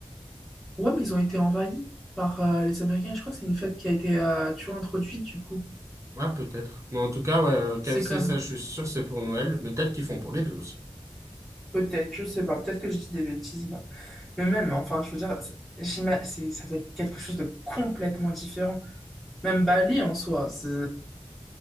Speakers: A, in the centre; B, on the right.
A: Ouais, mais ils ont été envahis par euh, les Américains. Je crois que c'est une fête qui a été, euh, tu vois, introduite, du coup.
B: Ouais, peut-être. Mais en tout cas, ouais, euh, KFC,
A: C'est comme...
B: ça, je suis sûr, c'est pour Noël. Mais peut-être qu'ils font pour les deux aussi.
A: Peut-être, je sais pas, peut-être que je dis des bêtises là. Mais même, hein, enfin, je veux dire, c'est, j'ima- c'est- ça doit être quelque chose de complètement différent. Même Bali en soi, c'est